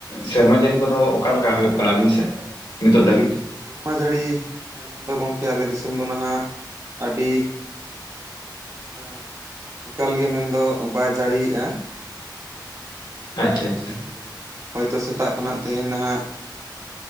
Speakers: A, on the left; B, on the right.
A: ᱥᱮᱨᱢᱟ ᱡᱟᱹᱨᱤ ᱠᱚᱫᱚ ᱚᱠᱟᱮᱠᱟ ᱦᱳᱭᱳᱜ ᱠᱟᱱᱟ ᱟᱹᱵᱤᱱ ᱥᱮᱜ ᱱᱤᱛᱚᱜ ᱫᱷᱟᱹᱵᱤᱡ?
B: ᱥᱮᱨᱢᱟ ᱡᱟᱹᱲᱤ ᱢᱮᱱᱫᱚ ᱜᱚᱝᱠᱮ ᱟᱞᱮ ᱫᱤᱥᱚᱢ ᱫᱚ ᱱᱟᱦᱟᱜ, ᱟᱹᱰᱤ ᱮᱸᱜ ᱮᱠᱟᱞᱜᱮ ᱢᱮᱱᱫᱚ ᱵᱟᱭ ᱡᱟᱹᱲᱤᱭᱮᱜᱼᱟ᱾
A: ᱟᱪᱪᱷᱟ ᱟᱪᱪᱷᱟ
B: ᱦᱮᱸ ᱥᱮ ᱦᱳᱭᱛᱚ ᱥᱮᱛᱟᱜ ᱠᱷᱚᱱᱟᱜ ᱛᱮᱦᱮᱧ ᱱᱟᱦᱟᱜ